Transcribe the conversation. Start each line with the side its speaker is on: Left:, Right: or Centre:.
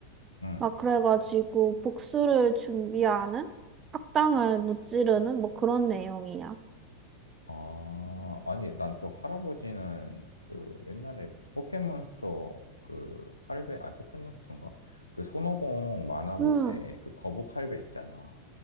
Left: 음.
Right: 막 그래가지고 복수를 준비하는 악당을 무찌르는 뭐 그런 내용이야.
Left: 아, 아니, 난 또 할아버지는 그 옛날에 포켓몬스터 그 할배, 아니, 포켓몬스터인가? 그 손오공 만화 볼
Right: 응.
Left: 때 그 거북 할배 있잖아.